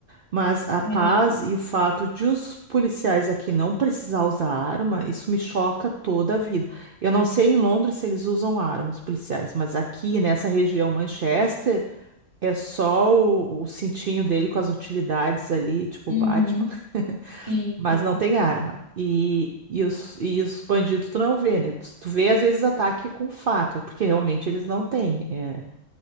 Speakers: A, on the right (about 50°); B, on the left (about 35°).
A: Mas a paz
B: é não.
A: e o fato de os policiais aqui não precisar usar arma, isso me choca toda a vida. Eu não sei em Londres se eles usam arma, os policiais, mas aqui nessa região, Manchester, é só o, o cintinho dele com as utilidades ali, tipo
B: Uhum,
A: Batman, <laughs>
B: sim,
A: mas
B: sim.
A: não tem arma. E, e, os, e os bandidos tu não vê, né? Tu, tu vê às vezes ataque com faca, porque realmente eles não têm, é,